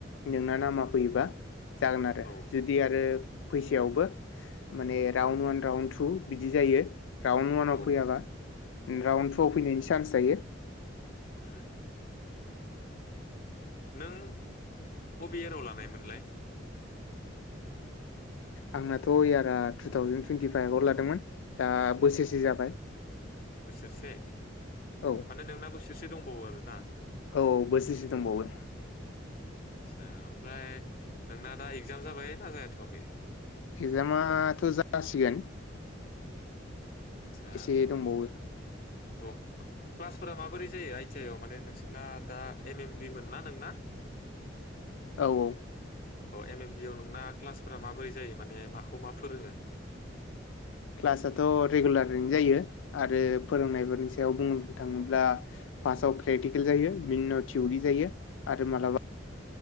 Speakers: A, on the left; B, on the left.
A: नोंना नामा फैयोबा जागोन आरो
B: औ
A: जुदि आरो फैसायावबो माने राउन्ड वान राउन्ड टु बिदि जायो राउन्ड ववानाव
B: औ
A: फैयाबा राउन्ड टुव फैनायनि चान्स थायो।
B: ओ नों अबे याराव लानायमोनलाय!
A: आंनाथ' इयारा टु थावजेन टुइन्टि फाइभआव लादोंमोन दा बोसोरसे जाबाय।
B: बोसोरसे
A: औ
B: माने नोंना बोसोरसे दंबावो आरोना?
A: औ बोसोरसे दंबावो।
B: आदसा ओमफ्राय नोंना दा इगजाम जाबाय ना जाथ'वाखै?
A: एक्जामाथ' जासिगोन।
B: आदसा
A: एसे दंबावो
B: औ क्लासफोरा माबोरै जायो आइ टि आइ आव माने नोंसोरना दा एम एम बि मोन ना नोंना?
A: औ औ
B: एम एम बि नोंना क्लास फोरा माबोरै जायो माने माखौ मा फोरोङो?
A: क्लासाथ' रेगुलारैनो जायो आरो फोरोंनायफोरनि सायाव बुंनो थाङोब्ला फासाव प्रेक्टिकेल जायो, बिनाव थिउरि जायो आरो मालाबा